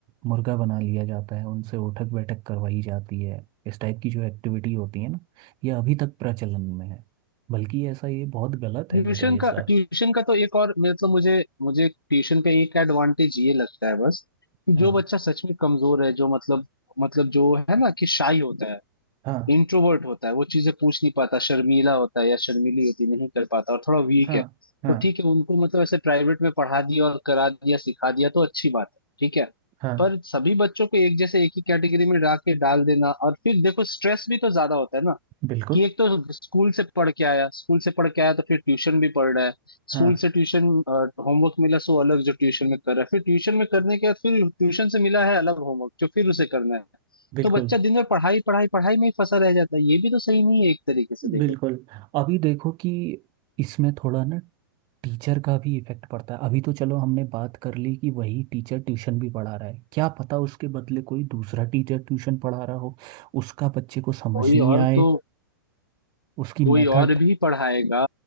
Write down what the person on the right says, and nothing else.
मुर्गा बना लिया जाता है उनसे उठक बैठक करवाई जाती है इस टाइप की जो एक्टिविटी होती है ना ये अभी तक प्रचलन में है बल्कि ऐसा ये बहुत गलत
है मेरे हिसाब
से
हाँ
हाँ
हाँ
हाँ
हाँ
बिल्कुल
हाँ
बिल्कुल
बिल्कुल
अभी देखो कि इसमें थोड़ा ना टीचर का भी इफेक्ट पड़ता है अभी तो चलो हमने बात कर ली कि वही टीचर ट्यूशन भी पढ़ा रहा है क्या पता उसके बदले कोई दूसरा टीचर ट्यूशन पढ़ा रहा हो उसका बच्चे को समझ
नहीं
आए
उसकी
मेथड